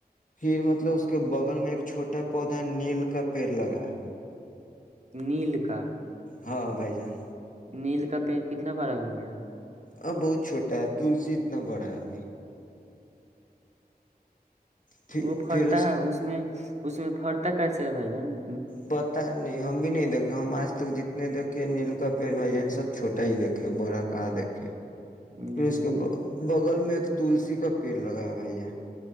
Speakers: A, on the left; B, on the right.
A: پھر مطلب اس کے بغل میں ایک چھوٹا پودا نیل کا پیڑ لگا ہے
B: نیل کا
A: ہاں بھائی جان
B: نیل کا پیٹ کتنا بڑا ہو گیا
A: اب بہت چھوٹا ہے تلسی اتنا بڑا ہے ابھی پھر
B: وہ فرتا
A: پھر
B: ہے اس میں اس میں فرتا کیسے ہے بھائی جن
A: پتا نہیں ہم بھی نہیں دیکھ ہم آج تک جتنے دھے نیل کا پیڑ بھائی جان سب چوٹا ہی دھے بڑا کہاں دیکے
B: جی
A: پھر اس کے ب بگل میں ایک تلسی کا پیڑ لگایا بھائی جان